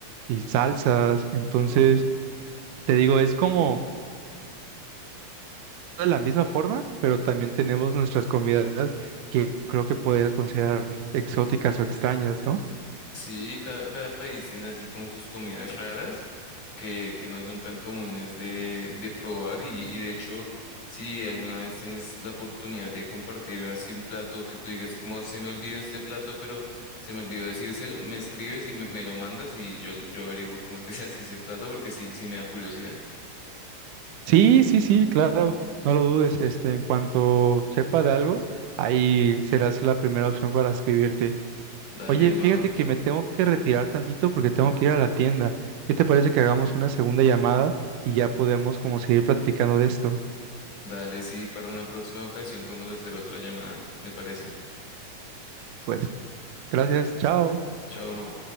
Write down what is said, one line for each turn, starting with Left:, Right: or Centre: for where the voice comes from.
Right: y salsas. Entonces, te digo, es como de la misma forma, pero también tenemos nuestras comidas que creo que podrías considerar exóticas o extrañas, ¿no?
Left: Sí, cada, cada país tiene así como sus comidas raras que, que no son tan comunes de, de probar y, y de hecho, si alguna vez tienes la oportunidad de compartir así un plato que tú digas como se me olvidó este plato, pero se me olvidó decírselo, me escribes y me, me lo mandas y yo, yo averiguo cómo es que <laughs> se hace ese plato porque sí, sí me da curiosidad.
Right: Sí, sí, sí, claro, no lo dudes. Este, en cuanto sepa de algo, ahí serás la primera opción para escribirte.
Left: Dale,
Right: Oye,
Left: Mau,
Right: fíjate que me tengo que retirar tantito porque tengo que ir a la tienda. ¿Qué te parece que hagamos una segunda llamada y ya podemos como seguir platicando de esto?
Left: dale, sí, para una próxima ocasión podemos hacer otra llamada, me parece.
Right: Pues, gracias, chao.
Left: Chao, Mau.